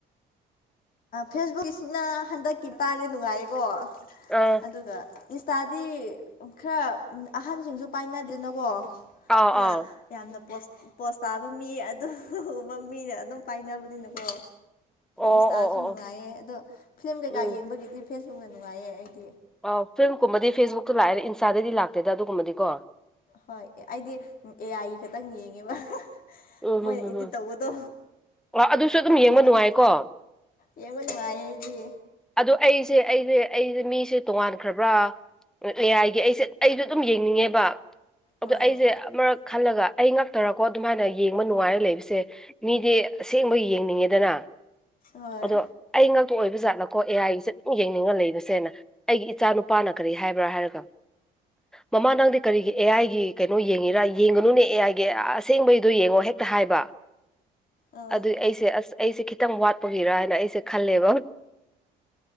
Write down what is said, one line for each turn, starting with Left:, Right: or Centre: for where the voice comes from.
Left: ꯐꯦꯁꯕꯨꯛꯁꯤꯅ ꯍꯟꯗꯛꯀꯤ ꯇꯁꯦ ꯅꯨꯡꯉꯥꯏꯀꯣ
Centre: ꯑꯥ
Left: ꯑꯗꯨꯒ ꯏꯟꯁꯇꯥꯗꯤ ꯈꯔ ꯑꯍꯟꯁꯤꯡꯁꯨ ꯄꯥꯏꯅꯗ꯭ꯔꯦꯅꯀꯣ
Centre: ꯑꯥꯎ
Left: ꯑꯥ
Centre: ꯑꯥꯎ
Left: ꯌꯥꯝꯅ ꯄꯣꯁ ꯇꯥꯕ ꯃꯤ ꯑꯗꯨꯕ ꯃꯤꯅ ꯑꯗꯨꯝ ꯄꯥꯏꯅꯕꯅꯤꯅꯀꯣ
Centre: ꯑꯣ
Left: ꯏꯟꯁꯇꯥꯗꯁꯨ
Centre: ꯑꯣ ꯑꯣ
Left: ꯅꯨꯡꯉꯥꯏꯌꯦ
Centre: ꯑꯣ
Left: ꯑꯗꯣ ꯐꯤꯂꯝ ꯀꯩꯀꯥ
Centre: ꯎꯝ
Left: ꯌꯦꯡꯕꯒꯤꯗꯤ ꯐꯦꯁꯕꯨꯛꯅ ꯅꯨꯡꯉꯥꯏꯌꯦ ꯑꯩꯗꯤ
Centre: ꯑ ꯐꯤꯂꯝ ꯀꯨꯝꯕꯗꯤ ꯐꯦꯁꯕꯨꯛꯇ ꯂꯥꯛꯑꯔꯦ ꯏꯟꯁꯇꯥꯗꯗꯤ ꯂꯥꯛꯇꯦꯗ ꯑꯗꯨꯒꯨꯝꯕꯗꯤꯀꯣ
Left: ꯍꯣꯏ ꯑꯩꯗꯤ ꯑꯦ ꯑꯥꯏꯒꯤ ꯈꯛꯇꯪ ꯌꯦꯡꯉꯦꯕ
Centre: ꯎꯝ
Left: ꯃꯣꯏꯅ
Centre: ꯍꯝ ꯍꯝ
Left: ꯏꯗꯤꯠ
Centre: ꯍꯝ
Left: ꯇꯧꯕꯗꯣ
Centre: ꯑ ꯑꯗꯨꯁꯨ ꯑꯗꯨꯝ
Left: ꯑꯗꯨꯒꯨꯝꯕꯗꯨ
Centre: ꯌꯦꯡꯕ ꯅꯨꯡꯉꯥꯏꯀꯣ
Left: ꯌꯦꯡꯕ ꯅꯨꯡꯉꯥꯏꯌꯦ ꯑꯩꯗꯤ
Centre: ꯑꯗꯣ ꯑꯩꯁꯦ ꯑꯩꯁꯦ ꯑꯩꯁꯦ ꯃꯤꯁꯦ ꯇꯣꯉꯥꯟꯈ꯭ꯔꯕ꯭ꯔꯥ ꯂꯩ ꯍꯥꯏ꯫ꯏꯒꯤ ꯑꯩꯁꯦ ꯑꯩꯁꯨ ꯑꯗꯨꯝ ꯌꯦꯡꯅꯤꯡꯉꯦꯕ ꯑꯗꯣ
Left: ꯑꯥ
Centre: ꯑꯩꯁꯦ ꯑꯃꯛ ꯈꯜꯂꯒ ꯑꯩ ꯉꯥꯛꯛꯇꯔꯀꯣ ꯑꯗꯨꯝ ꯍꯥꯏꯥꯏꯅ ꯌꯦꯡꯕ ꯅꯨꯡꯉꯥꯏꯔ ꯂꯩꯕꯁꯦ ꯃꯤꯗꯤ ꯑꯁꯦꯡꯕ ꯌꯦꯡꯅꯤꯡꯉꯦꯗꯅ
Left: ꯍꯣꯏ
Centre: ꯑꯗꯣ ꯑꯩ ꯉꯥꯛꯇꯨ ꯑꯣꯏꯕ ꯖꯥꯠꯅꯀꯣ ꯑꯦ ꯑꯥꯏꯒꯤꯁꯦ ꯑꯗꯨꯪ ꯌꯦꯡꯅꯤꯡꯉ ꯂꯩꯔꯁꯦꯅ ꯑꯩꯒꯤ ꯏꯆꯥ ꯅꯨꯄꯥꯅ ꯀꯔꯤ ꯍꯥꯏꯕ꯭ꯔꯥ ꯍꯥꯏꯔꯒ ꯃꯃꯥ ꯅꯪꯗꯤ ꯀꯔꯤꯒꯤ ꯑꯦ ꯑꯥꯏꯒꯤ ꯀꯩꯅꯣ ꯌꯦꯡꯉꯤꯔ ꯌꯦꯡꯒꯅꯨꯅꯦ ꯑꯦ ꯑꯥꯏꯒꯤ ꯑꯁꯦꯡꯕꯒꯤ ꯑꯗꯨ ꯌꯦꯡꯉꯣ ꯍꯦꯛꯇ ꯍꯥꯏꯕ
Left: ꯑꯥ
Centre: ꯑꯗꯨꯏ ꯑꯩꯁꯦ ꯑꯁ ꯑꯩꯁꯦ ꯈꯤꯇꯪ ꯋꯥꯠꯄꯒꯤꯔ ꯍꯥꯏꯅ ꯑꯩꯁꯦ ꯈꯜꯂꯦꯕ